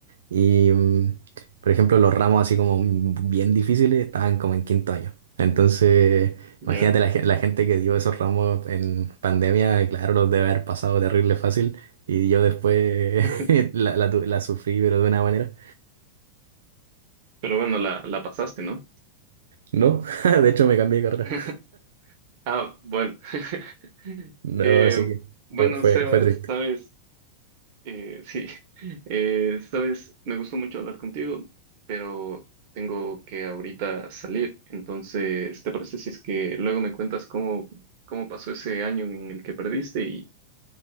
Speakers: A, on the right; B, on the right.
A: y, mm, por ejemplo, los ramos así como bien difíciles estaban como en quinto año. Entonces,
B: Ya.
A: imagínate la, gen- la gente que dio esos ramos en pandemia, claro, los debe haber pasado terrible fácil y yo después
B: <laughs>
A: <laughs> la, la tu- la sufrí, pero de una manera.
B: Pero bueno, la, la pasaste, ¿no?
A: No, <laughs> de hecho me cambié de carrera.
B: <laughs> Ah, bueno. <laughs>
A: No,
B: Eh,
A: así que
B: bueno,
A: fue, fue,
B: Sebas,
A: fue triste.
B: sabes, eh, <laughs> sí, eh, sabes, me gustó mucho hablar contigo, pero tengo que ahorita salir. Entonces, ¿te parece si es que luego me cuentas cómo, cómo pasó ese año en el que perdiste? Y,